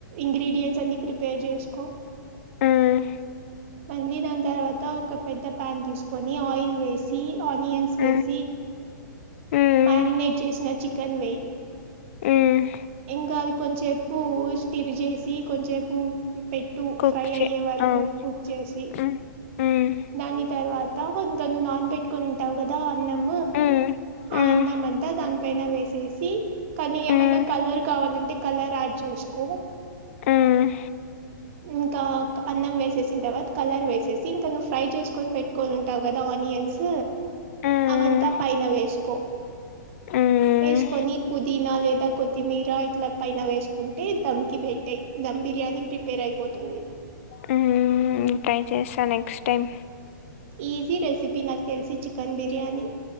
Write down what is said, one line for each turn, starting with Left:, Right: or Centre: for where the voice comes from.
Right: ఇంగ్రీడియంయంట్స్ అన్నిీ ప్రిపేర్ చేసుకో
Left: ఉమ్
Right: మళ్ళీ దాని తర్వాత ఒక పెద్ద పన్ తీసుకొని ఆయిల్ వేసి ఆనియన్స్ వేసి
Left: మ్మ్ మ్మ్
Right: మ్యారినేట్ చేసిన చికెన్ వె్యి
Left: హ్మ్
Right: ఇంకాది కొంచెం పువ్ స్టిరి చేసి కొంచెం పూ పెట్టు
Left: కుక్
Right: ఫ్రై
Left: చే
Right: అయ్యే వరకు
Left: ఆ
Right: కుక్ చేసి
Left: హ్మ్ హ్మ్
Right: దాని తర్వాత తను నాన్ పెట్ కని ఉంటావు కదా అన్నం
Left: హ్మ్ హ్మ్
Right: ఆ అన్నం అంతా దాని పైన వేసేసి కానీ
Left: హ్మ్
Right: ఏమైన్నా కలర్ కావాలంటే కలర్ యాడ్ చేసుకో
Left: హ్మ్
Right: ఇంకా అన్నం వేసేసిన తర్వాత కలర్ వేసేసి ఇంకా నువ్వు ఫ్రై చేసుకొని పెట్టుకొని ఉంటావు కదా ఆనియన్స్
Left: హ్మ్
Right: అవంతా పైన వేసుకో
Left: హ్మ్
Right: వేసుకొని పుదీనా లేదా కొత్తిమీర ఇట్ల పైన వేస్ కుంటే దమ్ కి పెట్టేయ్ దమ్ బిర్యానీ ప్రిపేర్ అయిపోతుంది
Left: హ్మ్ ట్రై చేస్తా నెక్స్ట్ టైం
Right: ఈజీ రెసిపీ నాకు తెలిసి చికెన్ బిర్యానీ